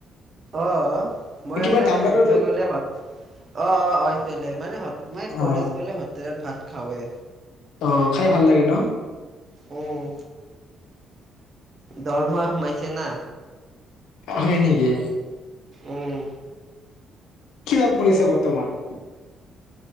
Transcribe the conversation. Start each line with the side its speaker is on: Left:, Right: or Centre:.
Right: অ মই
Left: কিবা
Right: মানে
Left: দামৰাৰো
Right: দুধ নৈ গলে হত অ অ অ পেলে মানে মাই
Left: অ
Right: কলেজ গলে হোটেলত ভাত খাওৱে।
Left: অ খাই ভাল লাগে ন
Right: আহ দৰমুৱা সোমাইছে না।
Left: হয় নেকি?
Right: উম।
Left: কি জপ কৰি আছা বৰ্তমান?